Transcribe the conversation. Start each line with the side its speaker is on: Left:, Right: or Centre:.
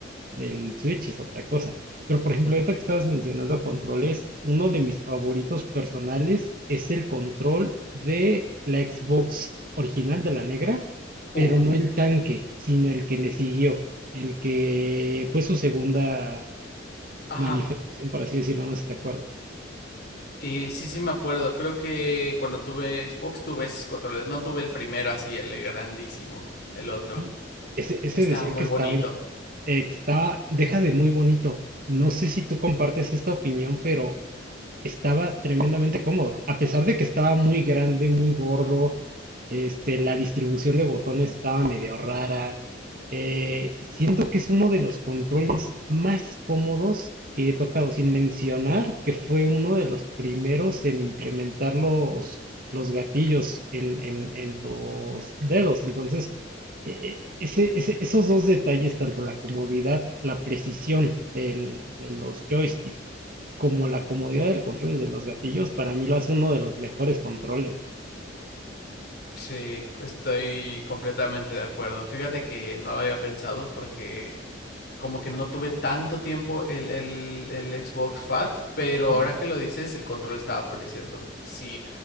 Right: del Switch es otra cosa. Pero por ejemplo, ahorita que estabas mencionando controles, uno de mis favoritos personales es el control de la Xbox original de la negra,
Left: Uh,
Right: pero no el tanque, sino el que le siguió, el que fue su segunda
Left: ajá.
Right: manifestación, por así decirlo, no sé si te acuerdas.
Left: Y sí, sí me acuerdo. Creo que cuando tuve Xbox tuve esos controles. No tuve el primero así, el grandísimo, el otro.
Right: Sí, ese, ese
Left: Estaba
Right: decían
Left: muy
Right: que
Left: bonito.
Right: estaba, en- eh, que estaba, deja de muy bonito. No sé si tú compartes esta opinión, pero estaba tremendamente cómodo. A pesar de que estaba muy grande, muy gordo,
Left: Ujú,
Right: este, la distribución de botones estaba medio rara. eh, siento que es uno de los controles más cómodos que he tocado, sin mencionar que fue uno de los primeros en implementar los, los gatillos en, en- en los
Left: ujú.
Right: dedos. Entonces, eh, ese- ese- esos dos detalles, tanto la comodidad, la precisión del- de los joysticks, como la comodidad del control y de los gatillos, para mí lo hace uno de los mejores controles.
Left: Sí, estoy completamente de acuerdo. Fíjate que no lo había pensado porque como que no tuve tanto tiempo el, el, el Xbox Fat, pero
Right: Ajá,
Left: ahora que lo dices, el control estaba precioso. Sí,